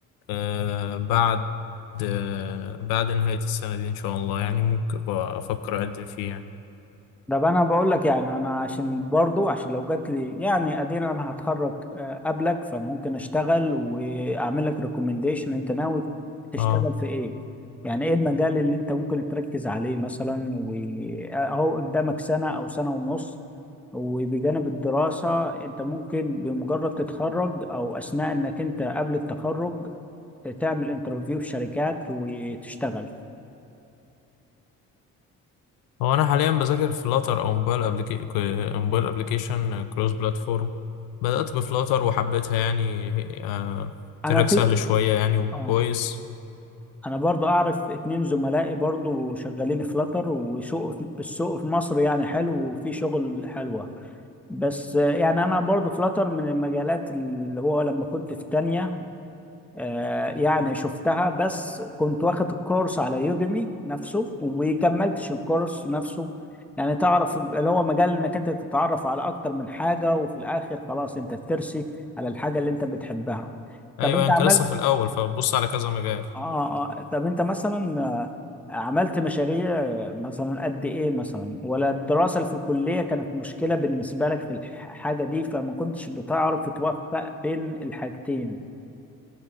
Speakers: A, on the left; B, in the centre.
A: آه بعد آه بعد نهاية السنة دي إن شاء الله يعني ممكن أبقى أفكر أقدم فيه يعني
B: طب انا بقول لك يعني انا عشان برضو عشان لو جات لي يعني ادينا انا هتخرج آه، قبلك فممكن اشتغل واعمل لك ريكومنديشن انت ناوي تشتغل
A: اه
B: في ايه يعني ايه المجال اللي انت ممكن تركز عليه مثلا واهو قدامك سنة او سنة ونص وبجانب الدراسة انت ممكن بمجرد تتخرج او اثناء انك انت قبل التخرج تعمل انترفيو في شركات وتشتغل
A: هو أنا حاليا بذاكر فلاتر أو موبايل أبليكي موبايل أبليكيشن كروس بلاتفورم بدأت بفلاتر وحبيتها يعني آه
B: انا
A: تراك
B: في
A: سهل شوية يعني وكويس
B: اه انا برضو اعرف اتنين زملائي برضو شغالين فلاتر وسوق السوق في مصر يعني حلو وفي شغل حلوة بس آه، يعني انا برضو فلاتر من المجالات اللي هو لما كنت في تانية آه، يعني شفتها بس كنت واخد الكورس على يوديمي نفسه وكملتش الكورس نفسه يعني تعرف اللي هو مجال انك انت تتعرف على اكتر من حاجة وفي الاخر خلاص انت بترسي على الحاجة اللي انت بتحبها
A: أيوة
B: طب انت
A: أنت
B: عملت
A: لسه في الأول فبص على كذا مجال
B: اه اه طب انت مثلا آه، عملت مشاريع آه، مثلا قد ايه مثلا ولا الدراسة اللي في الكلية كانت مشكلة بالنسبة لك في الحاجة دي فما كنتش بتعرف توفق بين الحاجتين